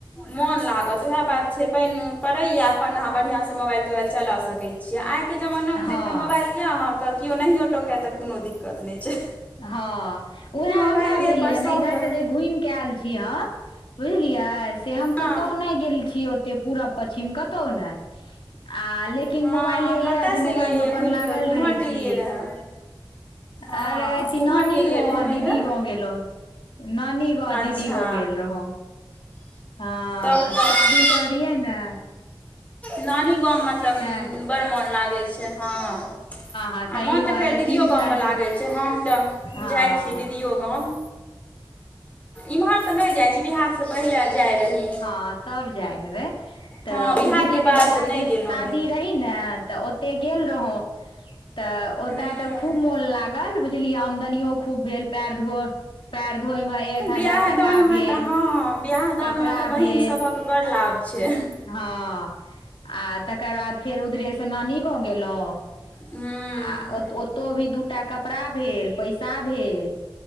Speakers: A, on the left; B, on the left.
A: मोन लागत उएह बात छै। पानि पड़ैए अपन अहाँ बढ़िआँसँ मोबाइल तोबाइल चला सकैत छीिय। आइ आ के जमाना
B: हँ
A: मे तऽ एकटा मोबाइल यऽ अहाँके केओ नहियोटोकए तऽ कोनो दिक्कत नहि छै।
B: हँ उएहे
A: मोबाइलेपर
B: हमरा भेल। ये ने
A: सभके
B: इधर से जे घुमि के आयल छी। हम बुझलियै से हम
A: हँ
B: कतहु नहि गेल छियै। ओतेक पूरा प कहु ने आ लेकिन
A: हँ
B: मोबाइले या
A: कतयसँ
B: जे
A: एलियै
B: मोबाइल मे
A: यए
B: अपन
A: घुमि
B: लागल
A: कऽ कुम्हर
B: रहे
A: गेलियै
B: छी।
A: रहए हँ
B: अरे अथ
A: कुम्हर
B: नानी
A: गेलियै
B: गाँव आ
A: घुमय
B: दीदी
A: लए
B: गाँव गेलहु। नानी गाँव गो
A: अच्छा
B: दीदी गो गेल रहौ। हँ
A: तब तऽ
B: शादीसभ रहै ने।
A: नानी गाममे तऽ
B: तैं
A: बड़ मोन लागै छै। हँ आ
B: हा सहीमे
A: मोन तऽ फेर दीदिओ
B: तीन
A: गाममे
B: साल
A: लागैत
B: के
A: छै। हम तऽ
B: हँ
A: जाइत छी। दीदिऔगाम इम्हर तऽ नहि जाइत छी। बिहारसँ पहिले जाइ रही।
B: हँ तब जाय हेबे। तऽ
A: हँ बिआहके
B: ओ दीदी के
A: बाद
B: बेटा
A: नहि
B: के
A: गेलहुँ
B: शादी
A: यए
B: रही। ने तऽ ओते गेल रहौ। तऽ ओतय
A: हँ
B: तऽ खूब मोन लागल बुझलियै। आमदनियो खूब भेल। पयर धो पयर धोय मे एक हजार
A: बिआाह
B: टाका
A: दानमे
B: भेल
A: तऽ हँ बि दानमे
B: कपड़ा
A: तऽ बहिन
B: भेल
A: सभक बड़ लाभ छै।
B: हँ आ तकर बाद फेर उधरेसँ नानी गाँंव गेलहुँ।
A: हँ
B: आ ओतौ भी दू टा कपड़ा भेल पैसा भेल।